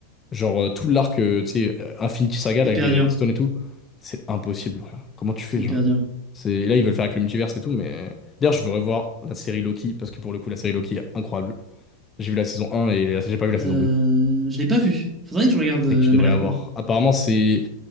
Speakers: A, on the left (about 20°); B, on the right (about 15°).
A: genre, euh, tout l'arc, euh, tu sais, euh, Infinity Saga
B: C'est
A: là,
B: hyper
A: avec les,
B: dur.
A: les Stones et tout, c'est impossible, frère. Comment tu fais,
B: C'est hyper
A: genre?
B: dur.
A: C'est... Et là, ils veulent faire avec le multiverse et tout, mais... D'ailleurs, je veux revoir la série Loki, parce que pour le coup, la série Loki est incroyable. J'ai vu la saison un et la- j'ai pas vu la
B: Euh,
A: saison 2.
B: Je l'ai pas vu. Faudrait que je regarde, euh,
A: C'est que tu
B: elle
A: devrais
B: m'a l'air
A: la voir.
B: cool.
A: Apparemment, c'est...